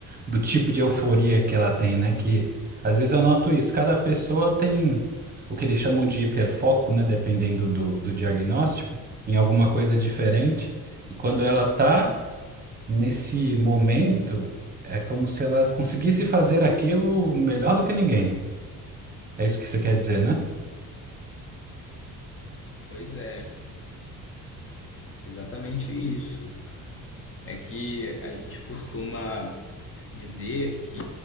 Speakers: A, on the right (about 25°); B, on the left (about 40°).
A: do tipo de euforia que ela tem, né? Que às vezes eu noto isso. Cada pessoa tem o que eles chamam de hiperfoco, né? Dependendo do, do diagnóstico, em alguma coisa diferente. E quando ela tá nesse momento, é como se ela conseguisse fazer aquilo melhor do que ninguém. É isso que você quer dizer, né?
B: Pois é, exatamente isso. É que a gente costuma dizer que,